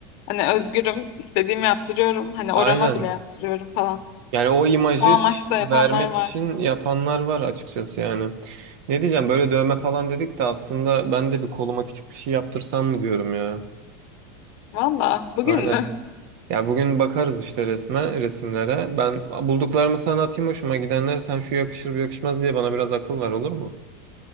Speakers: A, on the left; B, on the right.
A: Hani özgürüm, istediğimi yaptırıyorum. Hani orama
B: Aynen.
A: bile yaptırıyorum falan.
B: Yani o imajı
A: O amaçla
B: ç-
A: yapanlar
B: vermek
A: var.
B: için yapanlar var açıkçası yani. Ne diyeceğim böyle dövme falan dedik de aslında ben de bir koluma küçük bir şey yaptırsam mı diyorum ya.
A: Valla bugün
B: Aynen.
A: mü?
B: Ya bugün bakarız işte resme, resimlere. Ben bulduklarımı sana atayım hoşuma gidenleri sen şu yakışır bu yakışmaz diye bana biraz akıl ver olur mu?